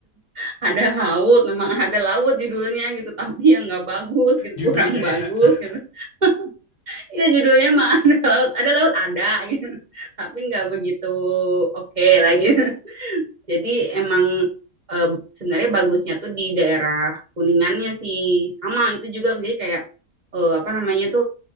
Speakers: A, on the right; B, on the left.
A: <laughs> ada laut, memang ada laut judulnya gitu, tapi yang nggak bagus gitu,
B: judulnya
A: kurang bagus
B: ya. <laughs>
A: gitu. <laughs> Ya judulnya mah <laughs> ada laut, ada laut ada gitu, <laughs> tapi nggak begitu oke lagi. Jadi emang eh, sebenarnya bagusnya tuh di daerah Kuningannya sih. Sama itu juga jadi kayak eh, apa namanya tuh